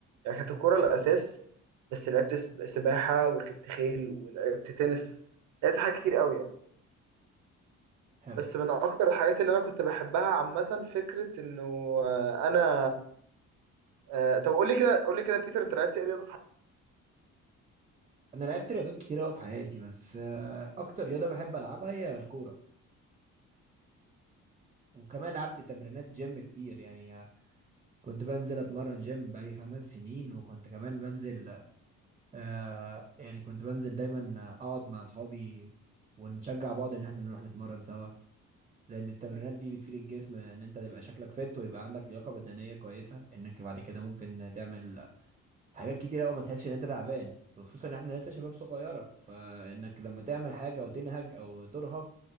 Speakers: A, on the right; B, on the right.
A: يعني كانت الكوره الاساس بس لعبت سب- سباحه وركبت خيل ولعبت تنس لعبت حاجات كتير قوي يعني
B: حلو
A: بس من اكتر الحاجات اللي انا كنت بحبها عامه فكره انه آه، انا آه، طب قول لي كده قول لي كده بيتر انت لعبت ايه رياضه
B: انا لعبت رياضات كتير قوي في حياتي بس آه، اكتر رياضه بحب العبها هي الكوره وكمان لعبت تمرينات جيم كتير يعني آه، كنت بنزل اتمرن جيم بقالي خمس سنين وكنت كمان بنزل آه يعني كنت بنزل دايما آه، اقعد مع اصحابي ونشجع بعض ان احنا نروح نتمرن سوا لان التمرينات
A: مم.
B: دي بتفيد الجسم ان انت تبقى شكلك فت ويبقى عندك لياقه بدنيه كويسه انك بعد كده ممكن تعمل حاجات كتير قوي ما تحسش ان انت تعبان وخصوصا ان احنا لسه شباب صغيره فانك لما تعمل حاجه او تنهج او ترهق